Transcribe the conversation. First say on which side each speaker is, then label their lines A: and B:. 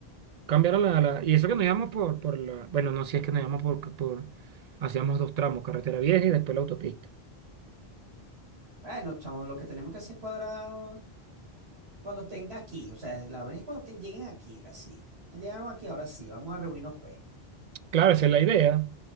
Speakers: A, on the right; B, on the right.
A: Cambiaron la, la- Y eso que nos íbamos por, por la... Bueno, no, si es que nos íbamos por, por... Hacíamos dos tramos, carretera vieja y después la autopista.
B: Bueno, chamo, lo que tenemos que hacer es cuadrar cuando tenga aquí. O sea, la verdad es cuando te- lleguen aquí, casi. Ya Llegaron aquí, ahora sí, vamos a reunirnos, pues.
A: Claro, esa es la idea.